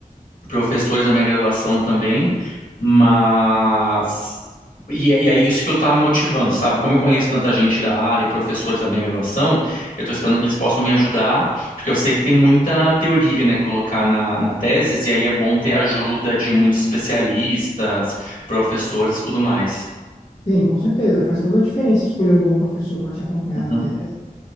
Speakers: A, on the left (about 70°); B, on the left (about 50°).
A: professores da minha graduação também, mas. E é, e é isso que eu tá me motivando, sabe? Como eu conheço tanta gente da área e professores da minha graduação, eu tô esperando que eles possam me ajudar, porque eu sei que tem muita teoria, né, colocar na, na tese, e aí é bom ter ajuda de muitos especialistas, professores e tudo mais.
B: Sim, com certeza. Faz toda a diferença escolher um bom professor para te acompanhar
A: Uhum,
B: na tese,